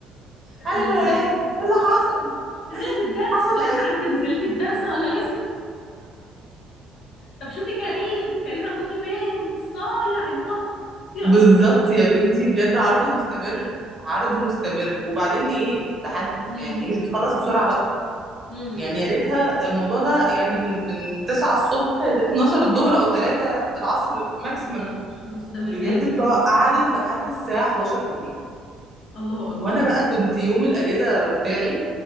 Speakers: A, on the right; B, on the left.
A: ايوه
B: بس
A: يا
B: <laughs>
A: ايه ايه اللي حصل
B: نزلت الدرس
A: حصل
B: لا
A: ايه
B: أنا عندي نزلت الدرس ولا لسه طب شوفي كريم كريم أخوكي فين الصايع الضهر <laughs> يا
A: بالظبط
B: ربي
A: يا بنتي بجد عرض مستمر عرض مستمر وبعدين ايه لحد يعني
B: مم.
A: هي مش بتخلص بسرعه بقى
B: امم
A: يعني يا ريتها الموضوع ده يعني من من 9 الصبح ل 12 الظهر او 3 العصر ماكسيمم
B: بالظبط مستمرين
A: بجد بتوع قعدت لحد الساعه 11 بالليل
B: الله اكبر
A: وانا بقى كنت يوم الاجازه بتاعي